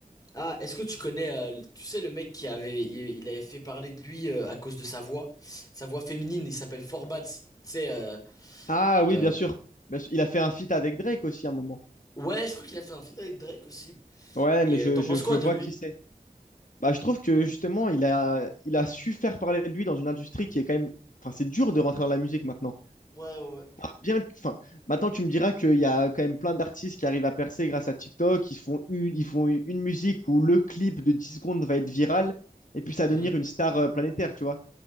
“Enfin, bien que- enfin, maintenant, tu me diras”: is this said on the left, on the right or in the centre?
Left